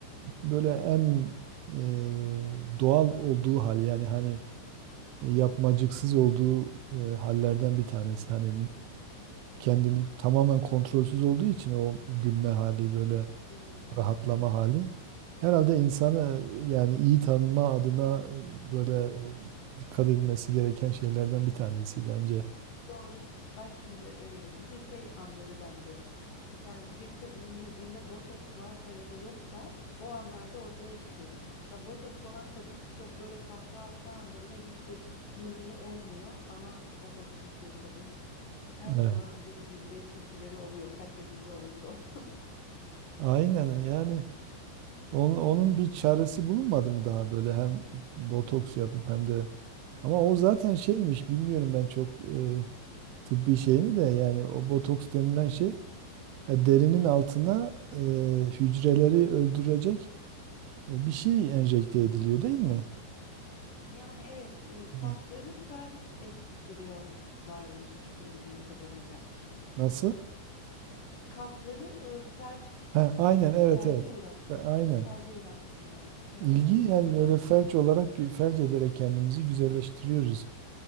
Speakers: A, on the right (about 80°); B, on the left (about 55°).
A: e, böyle en e, doğal olduğu hal yani hani yapmacıksız olduğu e, hallerden bir tanesi. Hani kendini tamamen kontrolsüz olduğu için o gülme hali böyle
B: Gülme hali.
A: rahatlama
B: Evet.
A: hali herhalde insanı yani iyi tanıma adına e, böyle e, dikkat edilmesi gereken şeylerden bir tanesi bence.
B: Doğru. Bak şimdi e, bir de şey anları bence. Mesela bir kadının yüzünde botoks varsa ya da yoksa o anlarda ortaya çıkıyor. Mesela botoks olan kadın çok böyle kahkaha attığı anda bile hiçbir mimiği olmuyor ama botoksuz bir kadın her
A: Evet.
B: zaman güldüğünde çizgileri oluyor kaç yaşında olursa olsun.
A: Aynen yani onun, onun bir çaresi bulunmadı mı daha böyle hem botoks yapıp hem de ama o zaten şeymiş bilmiyorum ben çok e, tıbbi şeyini de yani o botoks denilen şey e, derinin altına e, hücreleri öldürecek E, bir şey enjekte ediliyor değil mi?
B: Yani evet e, kasları
A: E,
B: felç ettiriyorlarmış bildiğim kadarıyla.
A: Nasıl?
B: Kasları e, felç
A: Ha, aynen evet
B: felce
A: evet.
B: uğrat
A: Ve Aynen.
B: Felce uğrattırıyorlarmış. Evet,
A: İlgi
B: öyle bir
A: yani
B: şey yani
A: böyle felç
B: deniyor.
A: olarak gü- felç ederek kendimizi güzelleştiriyoruz